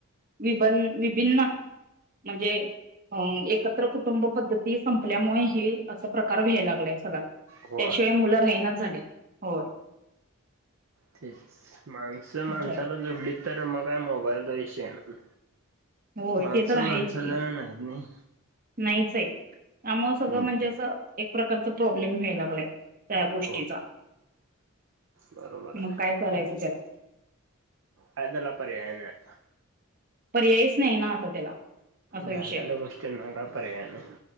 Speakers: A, on the right; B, on the right.
A: विभिन्न म्हणजेऽऽ एकत्र कुटुंब पद्धती संपल्यामुळे हे असा प्रकार व्यायला लागलाय सगळा.
B: होय
A: त्याशिवाय मुलं राहिनाच झाल्यात,, होय.
B: तेच, माणसं माणसाला
A: असं आहे
B: जुडलीत तर मग काय मोबाईलचा विषय नाय.
A: होय
B: माणसं
A: ते तर आहेच
B: माणसाजण
A: की.
B: नाहीत नाही.
A: नाहीच आहे त्यामुळे सगळं
B: हम्म
A: म्हणजे असं. एक प्रकारचा प्रॉब्लेम व्याय लागलाय,, त्या गोष्टीचा.
B: हो बरोबर आहे
A: मग काय करायचं त्याला.
B: कात तला पर्याय नाय आता.
A: पर्यायच नाही ना, आता त्याला. असा विषय
B: झालेला
A: झाला.
B: गोष्टीना का परयाय नाई.